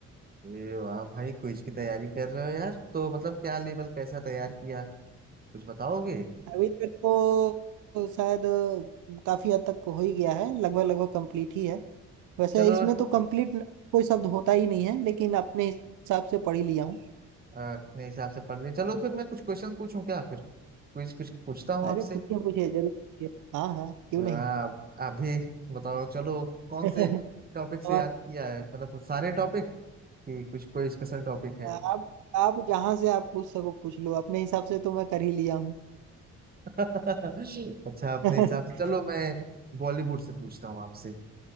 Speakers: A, on the right; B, on the right.
A: अरे वाह भाई क्विज की तैयारी कर रहे हो यार तो मतलब क्या लेवल कैसा तैयार किया कुछ बताओगे
B: अभी तक तो, तो शायद अ, काफी हद तक हो ही गया है लगभग लगभग कंप्लीट ही है वैसे
A: चलो
B: इसमें
A: अ,
B: तो कंप्लीट कोई शब्द होता ही नहीं है लेकिन अपने हिसाब से पढ़ ही लिया हूँ
A: अपने हिसाब से पढ़ लिए चलो फिर मैं कुछ क्वेश्चन पूछूं क्या फिर क्विज कुछ पूछता हूँ
B: अरे
A: आपसे
B: पूछिए पूछिए जरूर पूछिए हाँ हाँ क्यों
A: आप
B: नहीं
A: आप भी बताओ चलो कौन
B: <laughs>
A: से टॉपिक से
B: और
A: याद किया है मतलब सारे टॉपिक कि कुछ कोई स्पेशल टॉपिक है
B: आप आप जहाँ से आप पूछ सको पूछ लो अपने हिसाब से तो मैं कर ही लिया हूँ
A: <laughs> अच्छा अपने
B: <laughs>
A: हिसाब से चलो मैं बॉलीवुड से पूछता हूँ आपसे